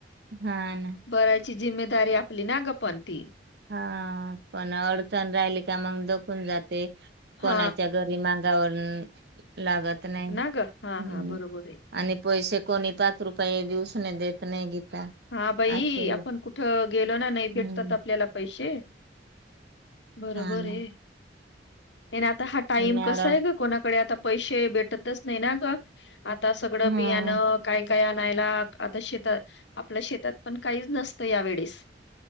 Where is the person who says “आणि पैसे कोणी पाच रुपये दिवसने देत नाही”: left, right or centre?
Right